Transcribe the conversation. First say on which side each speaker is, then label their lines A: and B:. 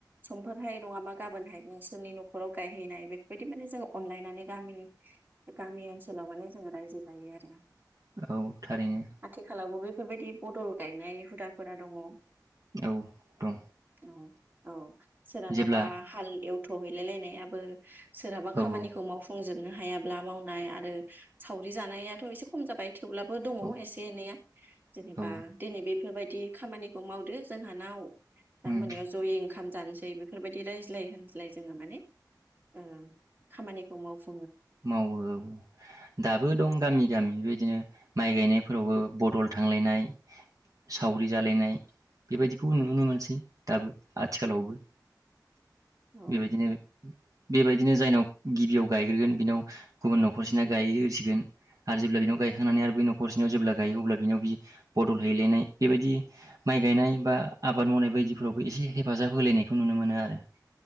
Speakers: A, on the right (about 25°); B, on the right (about 50°).
A: समफोरहाय नङाबा गाबोनहाय नोंसोरनि न'खराव गायहैनाय बेफोरबायदि माने जों अनलायनानै गामिनि गामि ओनसोलाव माने जोङो रायजो जायो आरो।
B: औ थारैनो
A: आथिखालावबो बेफोरबायदि बदल गायनाय हुदाफोरा दङ।
B: औ दं
A: औ औ सोरहानावबा
B: जेब्ला
A: हाल एव थ' हैलाय लायनायाबो सोरहाबा
B: औ
A: खामानिखौ
B: औ
A: मावफुंजोबनो हायाब्ला मावनाय आरो सावरि जानायाथ' एसे खम जाबाय थेवब्लाबो दङ
B: औ
A: एसे एनैया जेनेबा
B: औ
A: दिनै बेफोरबाय दि खामानिखौ मावदो जोंहानाव दा
B: उम
A: मोनायाव ज'यै ओंखाम जानोसै बेफोरबायदि रायज्लाय होनज्लाय जोङो माने ओ खामानिखौ मावफु
B: मावो औ दाबो दं गामि गामि बेबायदिनो माइ गायनायफोरावबो बदल थांलायनाय सावरि जालायनाय बेबायदिखौ नुनो मोनसै दाबो आथिखालावबो
A: औ
B: बेबायदिनो बेबायदि दिनो जायनाव गिबियाव गायग्रोगोन बिनाव गुबुन न'खरसेना गायग्रोसिगोन आरो जेब्ला बिनाव गायखांनानै आरो बै न'खरसेनाव जेब्ला गायो अब्ला बिनाव बि बदल हैलायनाय बेबायदि माइ गायनाय बा आबाद मावनाय बायदिफ्रावबो एसे हेफाजाब होलायनायखौ नुनो मोनो आरो